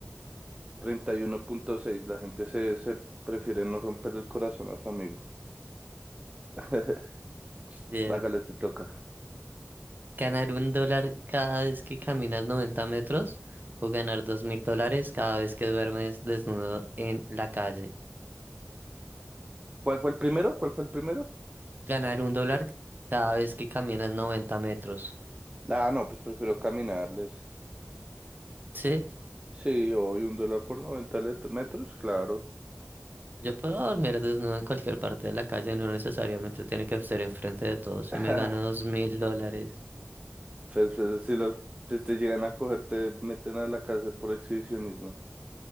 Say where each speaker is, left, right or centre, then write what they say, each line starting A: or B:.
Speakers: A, on the right (about 25°); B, on the right (about 40°).
A: treinta y uno punto seis. la gente se, se prefiere no romper el corazón a su amigo. <laughs>
B: bien.
A: Hágale, te toca.
B: ¿Ganar un dólar cada vez que caminas 90 metros o ganar dos mil dólares cada vez que duermes desnudo en la calle?
A: ¿Cuál fue el primero? ¿Cuál fue el primero?
B: Ganar un dólar cada vez que caminas 90 metros.
A: Ah, no, pues prefiero caminarles.
B: Sí,
A: Sí, hoy un dólar por 90 let- metros, claro.
B: yo puedo dormir desnudo en cualquier parte de la calle, no necesariamente tiene que ser enfrente de todos
A: <laughs>
B: y me gano dos mil dólares.
A: Pues, eh, si, lo, si te llegan a coger, te meten a la cárcel por exhibicionismo.